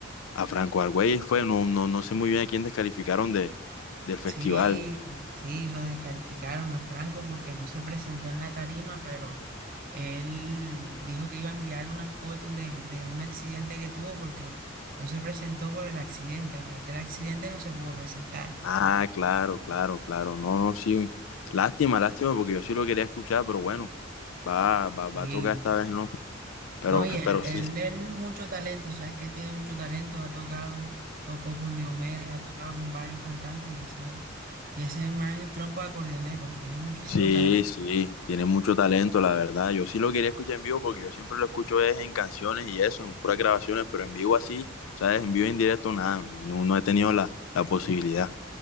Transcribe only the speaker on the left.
a Franco Argüelles, fue, no, no, no sé muy bien a quién descalificaron de, del festival.
Ah, claro, claro, claro. No, no, sí. uy. Lástima, lástima, porque yo sí lo quería escuchar, pero bueno, va, va, va
a tocar esta vez, ¿no? Pero,
pero
sí,
sí,
sí. Tiene mucho talento, la verdad. Yo sí lo quería escuchar en vivo porque yo siempre lo escucho es en canciones y eso, en puras grabaciones, pero en vivo así, ¿sabes? En vivo en directo, nada, man, no, no he tenido la, la posibilidad.